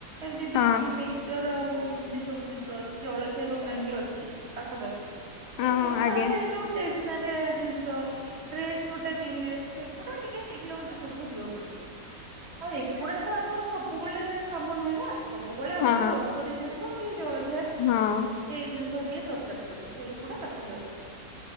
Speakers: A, on the right (about 40°); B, on the left (about 75°).
A: ଏମତି ବିସ୍କୁଟ,
B: ହଁ
A: ମିକ୍ସଚର ଆଉ ଏମିତି ସବୁ ଜିନି ସ ଅଛି ଜଳଖିଆ ଦୋକାନବି ଅଛି। ପାଖାପାଖି
B: ହଁ
A: ଏ ସବୁ
B: ଆଜ୍ଞା
A: ନହେଲେ ଏଇ ଯୋଉ ଟେସନାରୀ ଆ ଜିନିଷ ଡ୍ରେସ କୋଉଟା କିଣିବେ, ସେଗୁଡା ଟିକେ ଦି କିଲୋମିଟର ଦୂରକୁ ଯିବାକୁ ପଡିବ। ଆଉ ଏଗୁଡାତ ଆମର ସବୁବେଳେ କାମ ନୁହେଁନା, ସବୁବେଳେ ଆମର
B: ହଁ
A: ଗ୍ରସରୀ ଜିନିଷ କି ଜଳ
B: ହଁ।
A: ଏଇ ଜିନିଷ ଟିକେ ଦରକାର ପଡେ, ଏଗୁଡା ପାଖରେ ଅଛି।